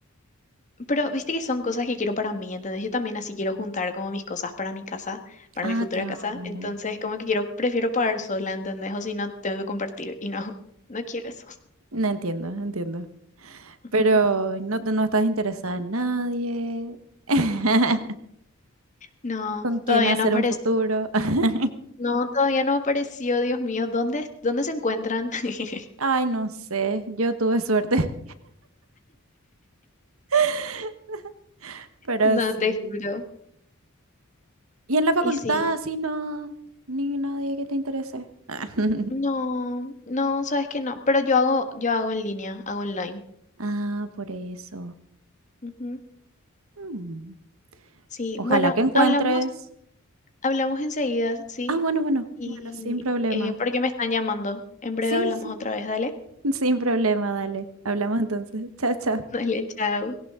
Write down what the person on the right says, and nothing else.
Ah,
claro.
No entiendo, entiendo.
Pero
no, te- no estás interesada en nadie. <laughs>
¿Con quién
hacer
un futuro? <laughs>
Ay, no sé, yo tuve suerte. <laughs> Pero
sí.
Y en la facultad,
así no, ni nadie que te interese. Ah, <laughs>
ah, por eso.
Mm.
Ojalá
que encuentres.
Ah, bueno, bueno,
bueno, sin problema.
Sí,
sí,
<laughs> sin problema, dale. Hablamos entonces. Chao, chao.